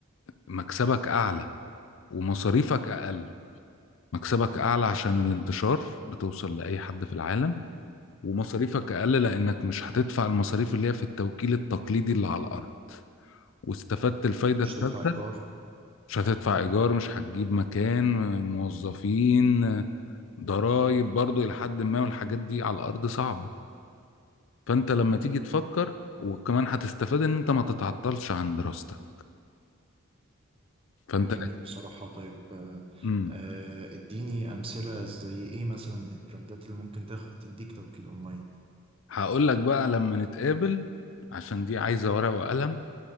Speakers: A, on the left (about 65°); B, on the right (about 25°).
A: مكسبك اعلى ومصاريفك اقل مكسبك اعلى عشان الانتشار بتوصل لاي حد في العالم ومصاريفك اقل لانك مش هتدفع المصاريف اللي هي في التوكيل التقليدي اللي على الارض واستفدت الفايدة
B: مش
A: الثالثة
B: تدفع ايجار
A: مش هتدفع إيجار مش هتجيب مكان موظفين ضرايب برضو إلى حد ما والحاجات دي على الأرض صعبة فأنت لما تيجي تفكر وكمان هتستفاد إن أنت ما تتعطلش عن دراستك فأنت
B: جميل بصراحة طيب آه،
A: امم
B: آه، اديني أمثلة زي إيه مثلا البراندات اللي ممكن تاخ... تديك توكيل أونلاين
A: هقول لك بقى لما نتقابل عشان دي عايزة ورقة وقلم